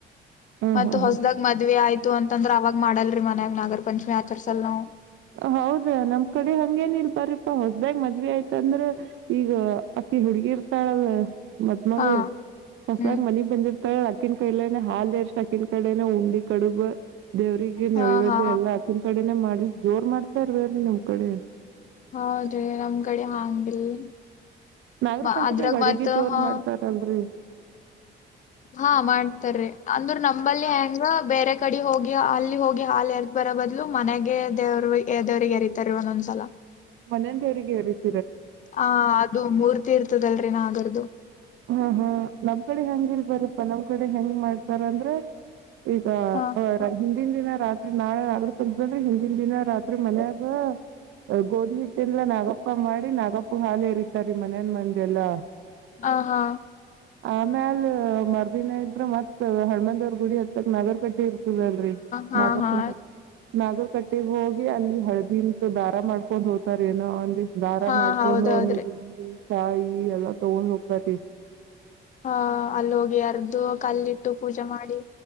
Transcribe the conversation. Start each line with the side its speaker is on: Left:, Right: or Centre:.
Right: ಹ್ಮ್
Left: ಮತ್
Right: ಹ್ಮ್ ಹ್ಮ್
Left: ಹೊಸದಾಗ ಮದ್ವೆ ಆಯ್ತು ಅಂತಂದ್ರ ಅವಾಗ ಮಾಡಲ್ರಿ ಮನ್ಯಾಗ ನಾಗರ ಪಂಚಮಿ ಆಚರ್ಸಲ್ ನವು
Right: ಹೌದಾ ನಮ್ ಕಡೆ ಹಂಗೇನ್ ಇಲ್ ಬರಪ್ಪಾ ಹೊಸ್ದ್ಯ್ ಮದ್ವಿ ಆಯ್ತು ಅಂತಂದ್ರೆ ಈಗ ಅಕ್ಕಿ ಹುಡ್ಗಿ ಇರ್ತಾಳಲ್ ಮತ್ ಮಗಳು
Left: ಹಾ
Right: ಹೊಸದಾಗ್
Left: ಹ್ಮ್
Right: ಮನಿಗ್ ಬಂದಿರ್ ಅಕ್ಕಿನ ಕಡನೆ ಹಾಲ್ ಎರ್ಷ್ಟ ಅಕ್ಕಿನ ಕಡೆನ ಉಂಡಿ ಕಡುಬ ದೇವ್ರಿಗೆ ನವು
Left: ಹಾ
Right: ಇವದ
Left: ಹಾ
Right: ಎಲ್ಲಾ ಆಾಕನ್ ಕಡೆನೇ ಮಾಡಿ ಜೋರ್ ಮಾಡ್ತಾ ಇರ್ವೇೀ ನಮ್ ಕಡೆ
Left: ಹೌದ್ರಿ ನಮ್ ಕಡೆ ಹಂಗೆ ಎಲ್ಲ
Right: ನಾಗರ
Left: ಮ
Right: ಪಂಚಮಿಗ್
Left: ಅದ್ರಾಗ
Right: ಅಡಿಗಿ
Left: ಮ
Right: ಜೋರ್
Left: ಹ
Right: ಮಾಡ್ತಾರಲ್ರಿ
Left: ಹಾ ಮಾಡ್ತಾರೀ ಅಂದ್ರರು ನಂಬಲ್ಲಿ ಹೆಂಗ ಬೇರೆ ಕಡೆ ಹೋಗಿ ಅಲ್ಲಿ ಹೋಗಿ ಹಾಲು ಎದ ಬರೋ ಬದ್ಲು ಮನೆಗೆ ದೇವ್ರು ದೇವ್ರಿಗೆ ಎರರಿತಾರೆ ಒಂದೊಂದ್ಸ ಲ್ಲ <unintelligible>
Right: ಮನೇಂದ ಹೇರಿಗೆ ರ <unintelligible>
Left: ಆ ಅದು ಮೂರ್ತಿ ಇರ್ತದಲ್ರಿ ನ ಆಗಾರದುು
Right: ಹ್ಮ ಹ್ಮ ನಮ್ ಕಡೆ ಹೆಂಗ ಇಲ್ಬಾರಪ್ಪಾ ನಮ್ ಕಡೆ ಹೆಂಗ್ ಮಾಡ್ತಾರ ಅಂದ್ರೆ ಈಗ
Left: ಹಾ
Right: ಹಿಂದಿನ ದಿನ ರಾತ್ರಿ ನಾಳೆ ಅ್ರ ತಂದ್ರೆ ಿನ <unintelligible> ದಿನ ರಾತ್ರಿ ಮನಯಾಗ ಗೋಧಿ ಹಿಟ್ಟಲ್ಲ ನಾಗಪ್ಪ ಮಾಡಿ ನಾಗಪ್ಪು ಹಾಲ ಹೇರಿತಾರಿೀ ಮನೇನ್ ಮಂದಿ ಎಲ್ಲಾ
Left: ಹ ಹಾ
Right: ಆಮ್ಯಲ್ ಮರ್ದಿನ ಇದ್ರೆ ಮತ್ ಹಣ್ಮಂದವ್ರ ಗುಡಿ ಹತ್ತಕ್ ನಗರ್ ಕಟ್ಟಿ ಇರ್ ಲ್ರಿ <unintelligible>
Left: ಹಾ ಹಾ
Right: ನಾಗಲ್ ಕಟ್ಟೆಗೆ ಹೋಗಿ ಅಲ್ಲಿ ಹಳದಿಂತು ದಾರ ಮಾಡ್ಕೊಂಡ್ ಹೋಗ್ ಹೋಗತಾರ ಏನ ಒಂದಿ ದಾರ
Left: ಹಾ
Right: ಮಾಡ್ಕೊಂಡುಂದಿ
Left: ಹೌದೌದ್ರಿ
Right: ಕಾಯಿ ಎಲ್ಲಾ ತಗೊಂಡ್ ಹೋಗ್ತಾರಿ <inaudible>
Left: ಹಾ ಅಲ್ಲಿ ಹೋಗಿ ಅರ್ದುು ಕಲ್ಲಿಟ್ಟು ಪೂಜೆ ಮಾಡಿ